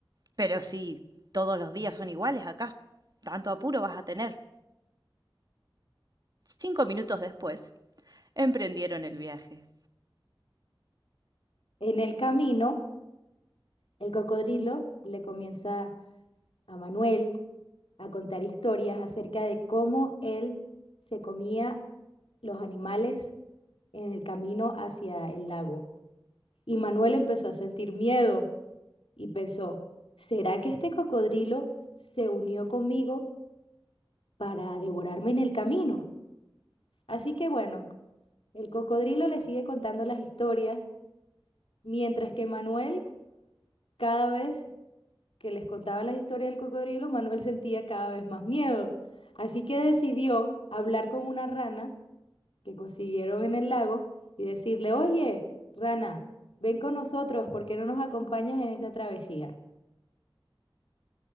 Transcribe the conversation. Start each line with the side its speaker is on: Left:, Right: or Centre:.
Right: Pero si todos los días son iguales acá, tanto apuro vas a tener. Cinco minutos después, emprendieron el viaje.
Left: En el camino, El cocodrilo le comienza a Manuel a contar historias acerca de cómo él se comía los animales en el camino hacia el lago. Y Manuel empezó a sentir miedo y pensó, ¿será que este cocodrilo se unió conmigo para devorarme en el camino? Así que bueno, el cocodrilo le sigue contando las historias, mientras que Manuel cada vez que les contaba las historias del cocodrilo, Manuel sentía cada vez más miedo. Así que decidió hablar con una rana que consiguieron en el lago y decirle, oye, rana, ven con nosotros, ¿por qué no nos acompañas en esta travesía?